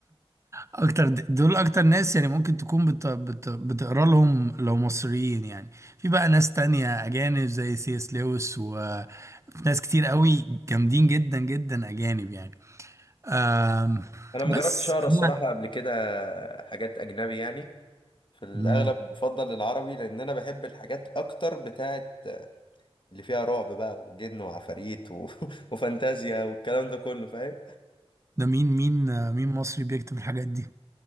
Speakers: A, on the right (about 30°); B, on the left (about 55°).
A: اكتر دول اكتر ناس يعني ممكن تكون بت... بت... بتقرا لهم لو مصريين يعني في بقى ناس تانية اجانب زي سي اس لويس وفي ناس كتير قوي جامدين جدا جدا اجانب يعني أم...
B: انا ما
A: بس
B: جربتش اقرا الصراحة
A: انا
B: قبل كده حاجات اجنبي يعني في الاغلب
A: مم.
B: بفضل العربي لان انا بحب الحاجات اكتر بتاعت اللي فيها رعب بقى وجن وعفاريت و... <laughs> وفانتازيا والكلام ده كله فاهم
A: ده مين مين آه، مين مصري بيكتب الحاجات دي